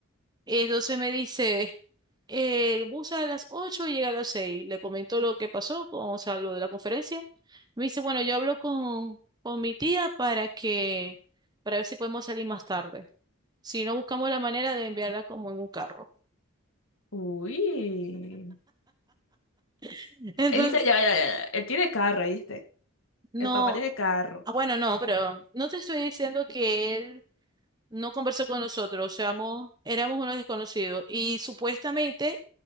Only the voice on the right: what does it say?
Entonces me dice, el bus sale a las 8 y llega a las seis Le comentó lo que pasó, con- o sea, lo de la conferencia. Me dice, bueno, yo hablo con, con mi tía para que, para ver si podemos salir más tarde. Si no, buscamos la manera de enviarla como en un carro.
<laughs> Entonces,
no,
ah, bueno, no, pero no te estoy diciendo que él no conversó con nosotros, o sea, mo- éramos unos desconocidos. Y supuestamente